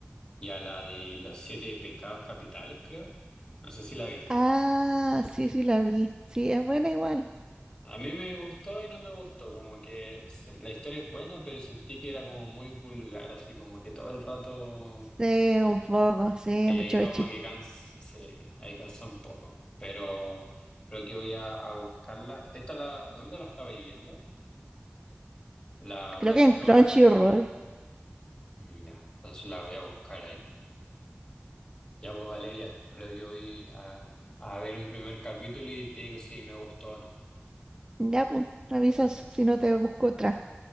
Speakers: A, on the left (about 15°); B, on the right (about 20°).
A: y a la de los siete pecados capitales, creo. No sé si la viste.
B: Ah, sí, sí la vi. Sí, es buena igual.
A: A mí me gustó y no me gustó, como que se- la historia es buena, pero sentí que era como muy vulgar, así como que todo el rato
B: Sí, un poco, sí,
A: Y
B: mucho
A: ahí como
B: echi.
A: que cansa, sí, ahí cansa un poco. Pero creo que voy a, a buscarla. ¿Esta la, dónde la estaba viviendo? ¿La Black
B: Creo que
A: Clover?
B: en Crunchyroll.
A: Mm, Ya, entonces la voy a buscar ahí. Ya pues Valeria, creo que voy a, a ver un primer capítulo y te digo si me gustó o no.
B: Ya, pues, me avisas si no te busco otra.